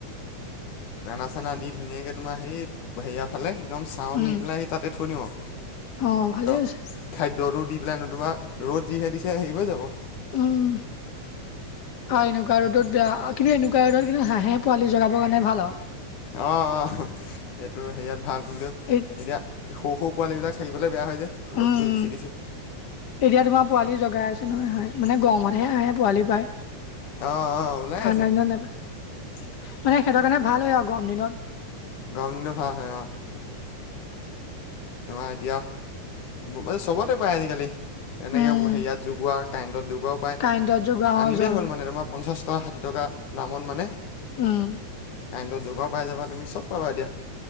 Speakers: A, on the left (about 80°); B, on the left (about 40°).
A: দানা চানা দি ধুনীয়াকৈ তোমাৰ সেই হেৰিয়াৰ ফালে একদম টাউন
B: উম
A: নি পেলাই তাতে থৈ নিওঁ আও
B: অ ভালেই
A: ন
B: হৈছে
A: খাদ্যটো দি পেলাই নতুবা ৰ'দ যিহে দিছে হেৰি হৈ যাব
B: উম আৰু এনেকুৱা ৰ'দত বেয়া কিন্তু এনেকুৱা ৰ'দত কিন্তু হাঁহে পোৱা লি জগাবৰ কাৰণে ভাল আও।
A: অ অ সেইটো হেৰিয়াত ভাল কিন্তু এতিয়া
B: এই
A: সৰু সৰু পোৱালীবিলাক থাকিবলৈ বেয়া হয় যে ৰ'দটো
B: উম
A: বেছি দিছে।
B: এতিয়া তোমাৰ পোৱালি জগাই আছে নহয় হয় মানে গৰমতহে হাঁহে পোৱালি পায়ে।
A: অ অ ওলাই
B: ঠাণ্ডা
A: আছে
B: দিনত নেপায়ে মানে সিহঁতৰ কাৰণে ভাল হয় আৰু গৰম দিনত।
A: গৰম দিনটো ভাষ হয় অঁ তোমাৰ এতিয়া <unintelligible> চবতে পায় আজিকালি তেনেকৈ
B: উম
A: হেৰিয়াত জোগোৱা কাৰেণ্টত যোগোৱাও পায়
B: কাৰেণ্টত জগোৱা
A: আনিলেই
B: অ জন
A: হ'ল মানে তোমাৰ পঞ্চাছ ষাঠি টকা নামত মানে
B: উম
A: কাৰেণ্টত যোগোৱা ও পাই যাবা তুমি চব পাবা এতিয়া